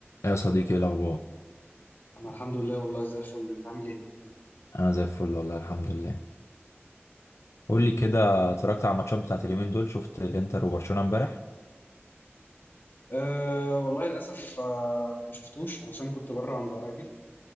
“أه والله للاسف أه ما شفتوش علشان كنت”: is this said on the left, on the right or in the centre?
Left